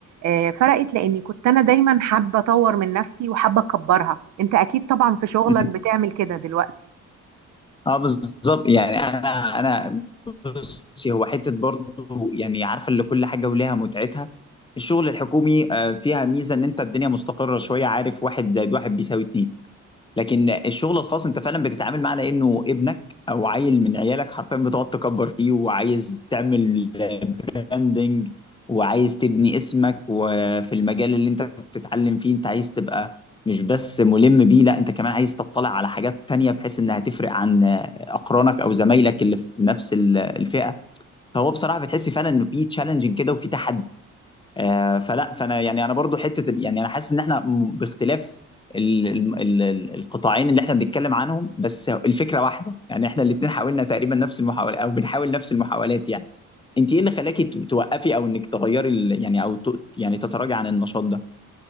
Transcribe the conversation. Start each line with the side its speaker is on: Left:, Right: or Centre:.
Right: آه، فرقت لاني كنت انا دايما حابه اطور من نفسي وحابه اكبرها انت اكيد طبعا في شغلك
Left: <laughs> مم.
Right: بتعمل كده دلوقتي
Left: اه بالظبط يعني انا انا بصي هو حتة برضه يعني عارفة اللي كل حاجة وليها متعتها الشغل الحكومي آه، فيها ميزة ان انت الدنيا مستقرة شوية عارف واحد زائد واحد بيساوي اتنين لكن الشغل الخاص انت فعلا بتتعامل معاه لانه ابنك او عيل من عيالك حرفيا بتقعد تكبر فيه وعايز تعمل براندنج وعايز تبني اسمك وفي المجال اللي انت بتتعلم فيه انت عايز تبقى مش بس ملم بيه لا انت كمان عايز تطلع على حاجات تانية بحيث انها تفرق عن اقرانك او زمايلك اللي في نفس الفئة فهو بصراحة بتحس فعلا انه في تشالنجنج كده وفي تحدي آه، فلا فانا يعني انا برضو حته ال- يعني انا حاسس ان احنا م- باختلاف ال- ال- ال- ال- القطاعين اللي احنا بنتكلم عنهم بس الفكره واحده يعني احنا الاثنين حاولنا تقريبا نفس المحاولات او بنحاول نفس المحاولات يعني انت ايه اللي خلاكي ت- توقفي او انك تغيري ال- يعني او ت- يعني تتراجعي عن النشاط ده